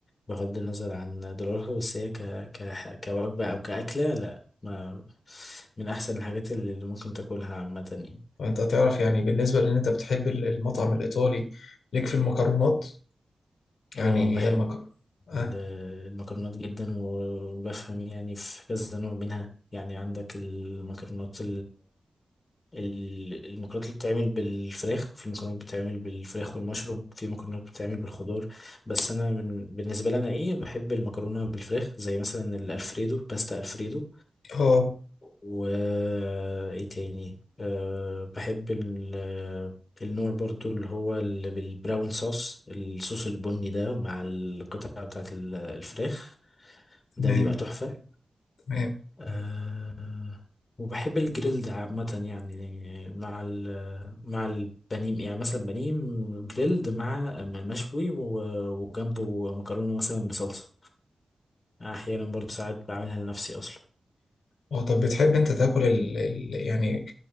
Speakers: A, on the left; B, on the left.
A: بغض النظر عن دولارها بس هي ك... ك... كوجبة أو كأكلة لا ما من أحسن الحاجات اللي ممكن تاكلها عامة يعني
B: وانت تعرف يعني بالنسبه لان انت بتحب المطعم الايطالي ليك في المكرونات يعني
A: اه بحب
B: المكرونه اه
A: ال- المكرونات جدا وبفهم يعني في كذا نوع منها يعني عندك المكرونات ال- المكرونات اللي بتتعمل بالفراخ وفي مكرونات بتتعمل بالفراخ والمشروم في مكرونات بتتعمل بالخضار بس انا من بالنسبه لي انا ايه بحب المكرونه بالفراخ زي مثلا الالفريدو باستا الفريدو
B: آه،
A: و ايه تاني أه بحب ال- النوع برضو اللي هو اللي بالبراون صوص الصوص البني ده مع القطعه بتاعت ال- الفراخ
B: تمام
A: ده بيبقى تحفه
B: تمام
A: آه وبحب الجريلد عامة يعني مع ال مع البانيه يعني مثلا بانيه جريلد مع مشوي و- وجنبه مكرونة مثلا بصلصة أحيانا برضو ساعات بعملها لنفسي أصلا
B: اه طب بتحب انت تاكل ال... ال... يعني